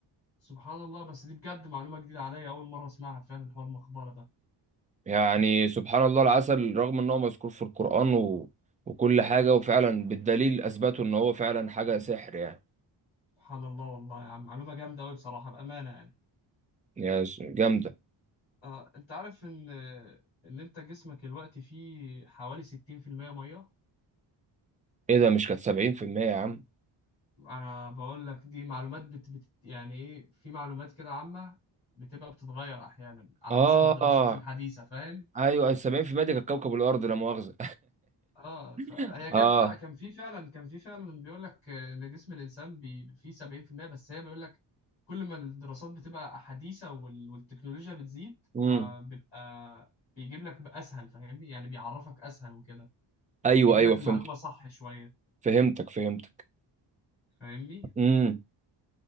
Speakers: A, on the left; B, on the right.
A: سبحان الله بس دي بجد معلومة جديدة عليا اول مرة اسمعها فعلا حوار المقبرة ده
B: يعني سبحان الله العسل رغم ان هو مذكور في القران و... وكل حاجه وفعلا بالدليل اثبتوا ان هو فعلا حاجه سحر يعني
A: سبحان الله والله يا عم معلومة جامدة قوي بصراحة بأمانة يعني
B: يا س- جامده
A: اه انت عارف ان ان انت جسمك دلوقتي فيه حوالي 60% مية
B: ايه ده مش كانت 70% يا عم
A: انا بقول لك دي معلومات بت... بت... يعني ايه في معلومات كده عامة بتبقى بتتغير احيانا على
B: اه
A: حسب الدراسات الحديثة فاهم
B: ايوه 70% دي كانت كوكب الارض لا مؤاخذه
A: اه فهي
B: <laughs>
A: كانت
B: اه
A: لا كان في فعلا كان في فعلا بيقول لك ان جسم الانسان بي... فيه 70% بس هي بيقول لك كل ما الدراسات بتبقى حديثة وال... والتكنولوجيا بتزيد
B: امم
A: فبيبقى بيجيب لك اسهل فاهمني يعني بيعرفك اسهل وكده
B: ايوه
A: بيجيب
B: ايوه
A: لك
B: فهمت
A: المعلومة صح شوية
B: فهمتك فهمتك
A: فاهمني
B: امم